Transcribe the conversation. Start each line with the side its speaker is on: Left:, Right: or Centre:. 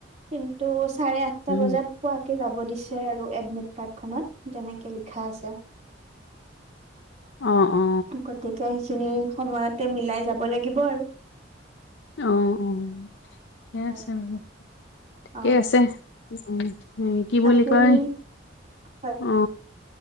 Right: কিন্তু চাৰে আঠ আঠটা
Left: উম
Right: বজাত পোৱাকে যাব দিছে আৰু। এডমিট কাৰ্ড খনত যেনেকে লিখা আছে।
Left: অ, অ।
Right: গতিকে সেইখিনি সময়তে মিলাই যাব লাগিব আৰু।
Left: অ- অ ঠিকে
Right: হয়
Left: আছে বাৰু। ঠিকেই
Right: অ
Left: আছে, উম। এই কি বুলি
Right: আপুনি
Left: কয়।
Right: হয়
Left: অ,